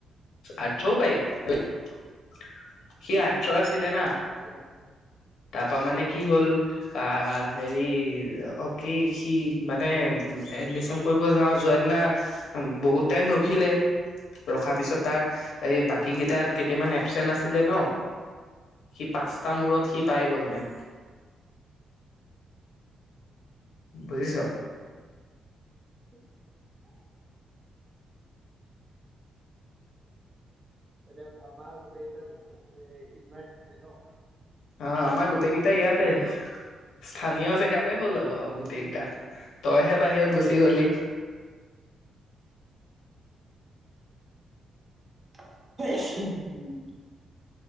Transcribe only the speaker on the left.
আটচও পাৰি সি আটচৰ আছিলে না।
তাপা মানে কি হ'ল আ হেৰি অ' কি সি মানে এডমিশন কৰিব য যোৱা দিনা বহুত টাইম ৰখিলে। ৰখাৰ পিছত তাৰ এই বাকী কেইটা কেইটামান এবচেন্ট আছিলে ন। সি পাঁচটা মূৰত সি পাই গ'ল মানে। বুজিছ?
অ', আমাৰ গোটেইকেইটা
ইয়াতেল স্থানীয় জেগাতে হ'ল আৰু আৰু গোটেইকেইটা। তইহে বাহিৰত গুচি গলি।